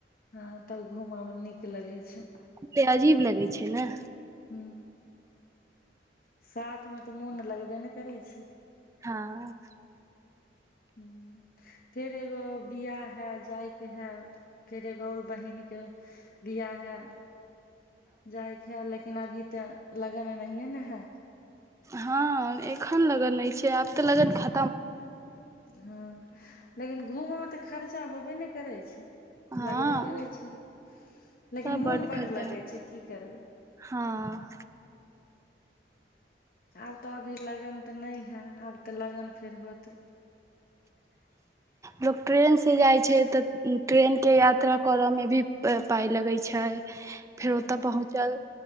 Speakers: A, on the left (about 55°); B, on the right (about 15°).
A: हँ तब घूमय मे नीक लगैत छै।
B: ते अजीब लगै छै ने।
A: ह साथ मे तऽ मोन लगबे ने करै छैय।
B: हाँ।
A: हूँ। फेर एगो बिआाह है जायके है फेर एगो और बहिनके बिआ है जाइत है लेकिन अभी तऽ लगन नहि ने है।
B: हँ एखन लगन नहि छैय आब तऽ लगन ख
A: हँ लेकिन घूमयमे तऽ खर्चा होबे ने करै छैय।
B: हँ
A: लगबे करै छैय। लेकिन
B: तऽ
A: मोन बड्ड
B: खर्चा
A: लगै छैय की करबै।
B: हँ
A: आब तऽ अभी लगन तऽ नहि हए आब तऽ लगन फेर होत <inaudible>
B: लोक ट्रेनसँ जाइत छैय तऽ ट्रेनके यात्रा करयमे भी पाइ लगैत छैय। फेर ओ
A: हँ
B: तऽ पहुँचल